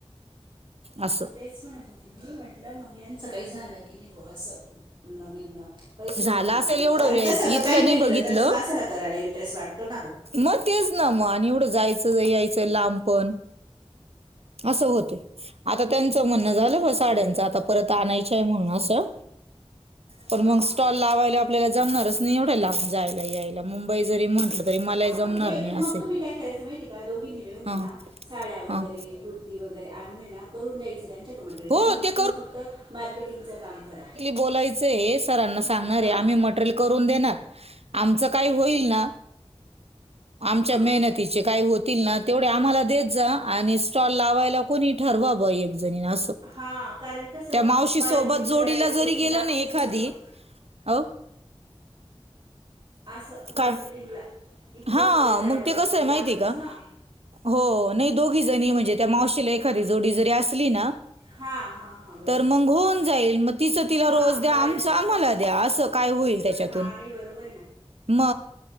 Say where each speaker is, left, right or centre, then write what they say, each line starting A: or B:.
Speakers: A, on the right; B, on the right.
A: असं
B: तेच म्हणतं. मी म्हटलं <unintelligible> काही झालं की नाही ब असं बोलणं नवीन पैसे
A: झालं
B: भेटले
A: असेल
B: की नाही
A: एवढं
B: कारण
A: वेळ
B: का सगं
A: इथलं
B: काही
A: नाही
B: भेटलं
A: बघितलं
B: तरच माणसाला करायला इंटरेस्ट वाटतो ना ग
A: मग तेच ना मग आणि एवढं जायचं यायचं लांबपण. असं होतेय. आता त्यांचं म्हणणं झालं
B: हा ना
A: ब साड्यांचं
B: ते
A: आता परत आणायच आहे म्हणून असं पण
B: हां
A: मग
B: हां
A: स्टॉल
B: हां
A: लावायला आपल्याला जमणारच निवढे ला जायला यायला मुंबई जरी म्हटलं तरी मलाही
B: हा
A: जमणार
B: नाही मग
A: असे
B: तुम्ही काय करायचं माहितीय का दोघींनी मिळऊ नय
A: हां
B: ना साड्या वगैरे
A: हां
B: कुर्ती ती वगैरे आणून ये ना करून द्यायचं त्यांच्या क मटेरियल
A: हो
B: त्यांना म्हणा
A: ते
B: तुम्ही फक्त मार्केटिंगच काम करा.
A: बोलायच सरांना सांणारे
B: हां
A: आम्ही मटरेल करून देणार आमचं काही होईल ना आमच्या
B: हां
A: मेहनतीच काही होतील ना तेवढे आम्हाला देत जा आणि स्टॉल लावायला कोणी ठरवा ब एक जणी असं- त्या
B: हां कारण कसं
A: मावशी सोबत
B: मार्केटिंग
A: जोडीला
B: करायला एक
A: जरी
B: व्यक्ती
A: गेलं
B: लागतेच
A: एखादी
B: ना गं
A: अब
B: असं मार्केटिंकला
A: काय
B: इकडे
A: हां
B: तिकडे जायला
A: मग ते कसं
B: वगैरे
A: आहे माहिती
B: लागतंस
A: आहे का
B: ना
A: हो नाइ दोघी जणी म्हणजे त्या मावशीला एखादी जोडी जरी असली ना
B: हां हां हां बरोबर
A: तर मग होऊन जाईल मग तिच तिला
B: हां
A: रोज द्या
B: कारण
A: आमच
B: कसं
A: आमाला द्या आस काय होईल तेच्यातून
B: हां नाही बरोबर
A: म